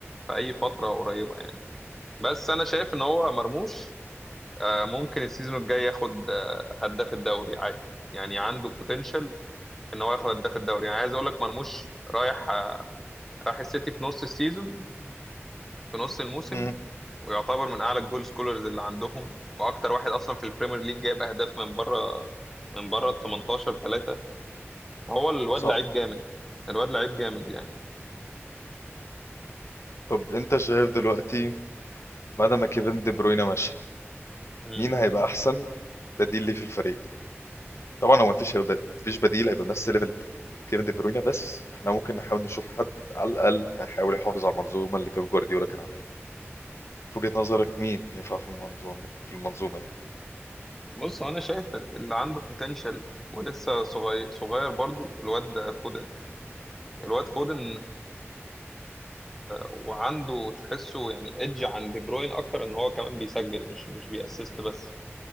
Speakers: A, in the centre; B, on the left.
A: في اي فتره قريبه يعني بس انا شايف ان هو مرموش آه، ممكن السيزون الجاي ياخد آه، هداف الدوري عادي يعني عنده بوتنشال ان هو ياخد هداف الدوري يعني عايز اقول لك مرموش رايح آه، راح السيتي في نص السيزون في نص الموسم
B: مم.
A: ويعتبر من اعلى الجول سكولرز اللي عندهم واكتر واحد اصلا في البريمير ليج جايب اهداف من بره من بره ال 18 3 فهو الواد
B: صح
A: لعيب جامد الواد لعيب جامد يعني
B: طب انت شايف دلوقتي بعد ما كيفن دي بروينا ماشي
A: مم.
B: مين هيبقى احسن بديل ليه في الفريق طبعا هو مفيش هيبقى مفيش بديل هيبقى بنفس ليفل كيفن دي بروينا بس احنا ممكن نحاول نشوف حد على الاقل هيحاول يحافظ على المنظومه اللي بيب جوارديولا كان عاملها في وجهة نظرك مين ينفع في المنظومه في المنظومه دي
A: بص هو انا شايف اللي عنده بوتنشال ولسه صغير صغير برضو الواد فودن الواد فودن وعنده تحسه يعني ايدج عن دي بروين اكتر ان هو كمان بيسجل مش مش بيأسست بس